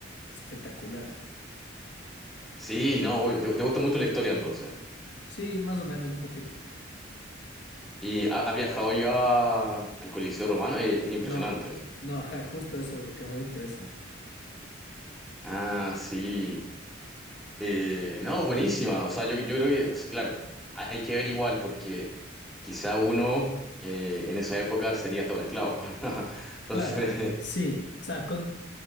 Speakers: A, on the left (about 60°); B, in the centre.
A: Espectacular.
B: sí, no, obvio. Te, te gusta mucho la historia entonces.
A: Sí, más o menos, un poquito.
B: ¿Y ha- has viajado ya al Coliseo Romano? Es, es impresionante.
A: No, no, ajá, justo eso es lo que más me interesa.
B: Ah, sí. Eh, no, buenísima. O sea, yo, yo creo que, o sea, claro, hay, hay que ver igual, porque quizá uno eh, en esa época sería hasta un esclavo. <laughs> Entonces,
A: Claro, sí. O sea, con,